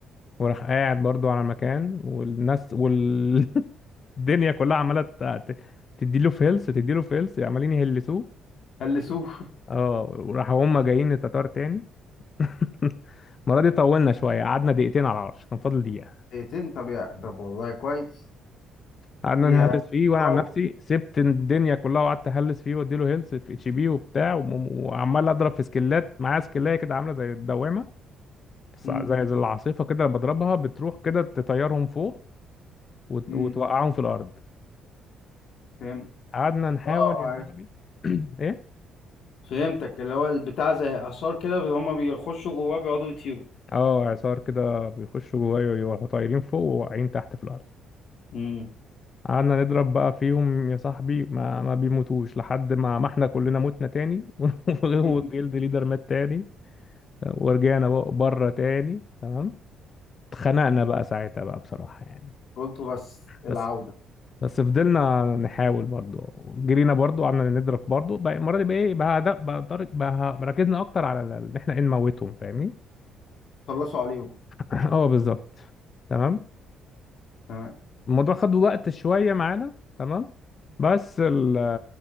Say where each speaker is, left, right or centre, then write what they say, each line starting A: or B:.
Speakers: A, on the left; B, on the left.
A: وراح قاعد برضو على المكان والناس والدنيا <laughs> كلها عماله ت- ت- تديله في هيلث تديله في هيلث عمالين يهلسوه
B: هلسوه
A: اه وراحوا هم جايين التتار تاني <laughs> المره دي طولنا شويه قعدنا دقيقتين على العرش كان فاضل دقيقه
B: دقيقتين طب يا طب والله كويس
A: قعدنا
B: فيها
A: نهلس فيه وانا
B: تطور
A: عن نفسي سبت الدنيا كلها وقعدت اهلس فيه واديله هيلث في اتش بي وبتاع وم- وعمال اضرب في سكلات معاه سكلايه كده عامله زي الدوامه سع-
B: مم.
A: زي زي العاصفه كده لما بضربها بتروح كده تطيرهم فوق وت-
B: مم.
A: وتوقعهم في الارض
B: فهمت
A: قعدنا نحاول
B: اه
A: يا
B: عرفت
A: صاحبي <clears throat> ايه
B: فهمتك اللي هو البتاع زي آثار كده هما بيخشوا جواه بيقعدوا يطيروا
A: اه اعصار كده بيخشوا جوايا ويروحوا طايرين فوق وواقعين تحت في الارض
B: مم.
A: قعدنا نضرب بقى فيهم يا صاحبي ما ما بيموتوش لحد ما ما احنا كلنا متنا تاني <laughs> والجلد
B: <laughs>
A: ليدر مات تاني ورجعنا بقى بره تاني تمام اتخنقنا بقى ساعتها بقى بصراحة يعني
B: قلتوا بس العودة
A: بس بس فضلنا نحاول برضو جرينا برضو قعدنا نضرب برضو بقى المرة دي بقى ايه بقى ده- بقى طارق- بقى ركزنا اكتر على ال- ان احنا ايه نموتهم فاهمني
B: خلصوا عليهم
A: <laughs> اه بالظبط تمام
B: تمام
A: الموضوع خد وقت شوية معانا تمام بس ال-